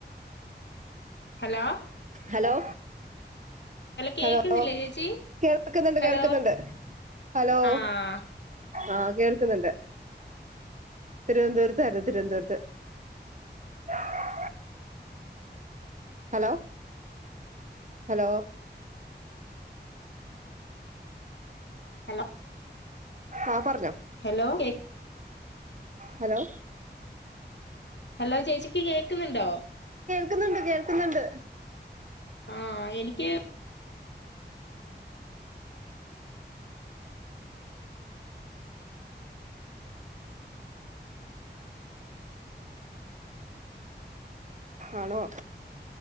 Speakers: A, on the left (about 75°); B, on the right (about 45°).
A: ഹലോ
B: ഹലോ
A: കേക്കുന്നില്ലേ
B: ഹലോ
A: ചേച്ചി
B: കേൾക്കുന്നുണ്ട്
A: ഹലോ
B: കേൾക്കുന്നുണ്ട് ഹലോ
A: ആഹ്
B: ആഹ കേൾക്കുന്നുണ്ട് തിരുവനന്തപുരത്ത ആല്ലോ തിരുവനന്തപുരത്ത് <unintelligible> ഹലോ ഹലോ
A: ഹലോ
B: ആഹ് പറഞ്ഞോ
A: ഹലോ കേ-
B: ഹലോ
A: ഹലോ ചേച്ചിക്ക് കേക്കുന്നുണ്ടോ
B: കേക്കുന്നുണ്ട് കേൾക്കുന്നുണ്ട്
A: ആഹ് എനിക്ക്
B: ആണോ